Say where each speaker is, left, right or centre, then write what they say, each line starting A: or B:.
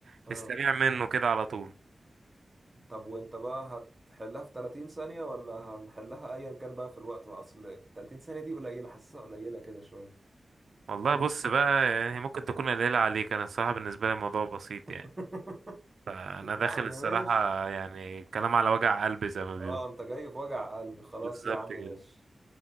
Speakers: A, on the right (about 80°); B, on the right (about 20°).
A: في
B: اه
A: السريع منه كده على طول
B: طب وانت بقى هتحلها في 30 ثانية ولا هنحلها ايا كان بقى في الوقت بقى اصل 30 ثانية دي قليلة حاسسها قليلة كده شوية
A: والله بص بقى يعني ممكن تكون قليله عليك انا الصراحه بالنسبه لي الموضوع بسيط
B: <laughs>
A: يعني فانا داخل
B: يا عم ماشي
A: الصراحه يعني كلام على وجع قلبي زي ما بيقولوا
B: اه انت جاي في وجع قلبي خلاص
A: بالظبط
B: يا عم
A: كده
B: ماشي